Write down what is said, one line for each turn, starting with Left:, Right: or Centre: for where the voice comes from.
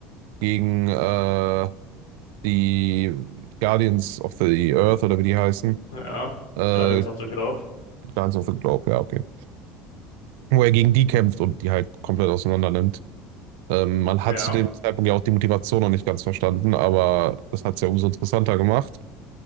Right: gegen äh, die Guardians of the Earth oder wie die heißen,
Left: ja.
Right: äh,
Left: Guardians of the Globe.
Right: Guardians of the Globe, ja, okay. Wo er gegen die kämpft und die halt komplett auseinander nimmt. Ähm, man
Left: Ja,
Right: hat zu dem Zeitpunkt ja auch die Motivation noch nicht ganz verstanden, aber das hat es ja umso interessanter gemacht.